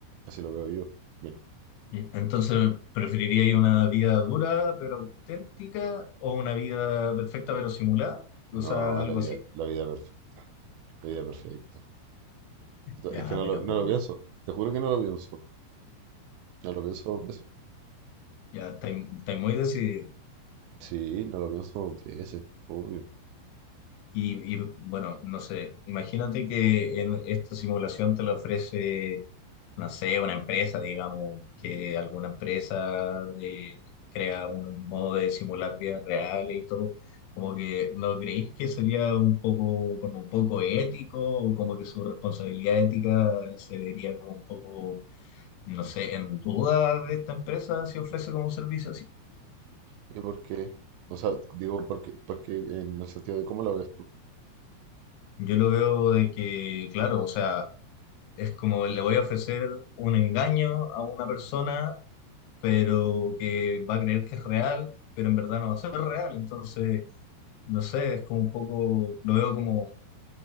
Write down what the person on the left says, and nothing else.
Y Entonces, ¿preferiría ir una vida dura pero auténtica o una vida perfecta pero simulada?
O sea, algo
así.
Ya,
pero
como,
ya estáis estáis muy decididos.
Y, y, bueno, no sé, imagínate que en esta simulación te la ofrece, no sé, una empresa, digamos, que alguna empresa eh, crea un modo de simular vidas reales y todo, como que ¿no creéis que sería un poco, como un poco ético o como que su responsabilidad ética se vería como un poco, no sé, en duda de esta empresa si ofrece como un servicio así?
Yo lo veo de que, claro, o sea, Es como le voy a ofrecer un engaño a una persona, pero que va a creer que es real, pero en verdad no va a ser real. Entonces, no sé, es como un poco, lo veo como,